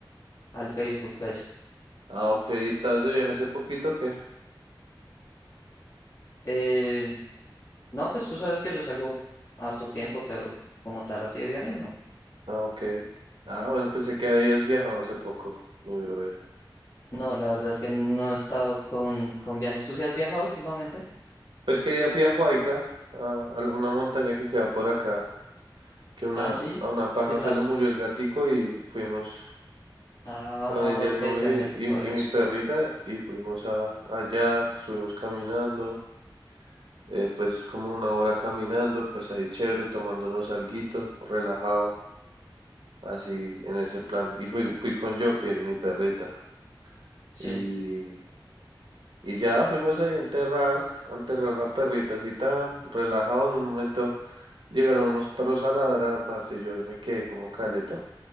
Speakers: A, on the left; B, on the right.
A: al Facebook, pues.
B: Ah, ok, ¿y ¿estabas de viaje hace poquito o qué?
A: Eh, no, pues tú sabes que yo salgo harto tiempo, pero como tal así de viaje, no.
B: Ah, ok. Ah, bueno, pensé que habías viajado hace poco, mi brother.
A: No, la verdad es que no he estado con, con viajes. ¿Tú sí has viajado últimamente?
B: Pues que ya fui a Huayca, a, a la- una montaña que queda por acá, que una,
A: Ah, sí,
B: a una pana
A: ¿qué tal?
B: se le murió el gatico y fuimos...
A: Ah,
B: con ella,
A: ok,
B: el novio
A: viajaste
B: y,
A: por
B: y
A: eso.
B: mi perrita y fuimos a, allá, subimos caminando, eh, pues es como una hora caminando, pues ahí chévere, tomándonos alguito, relajado, así en ese plan. Y fui, fui con Joker, mi perrita,
A: Sí,
B: y, y ya fuimos ahí a enterrar, a enterrar la perrita así tan relajado en un momento. Llegaron unos perros a ladrar, parce, yo y me quedé como caleto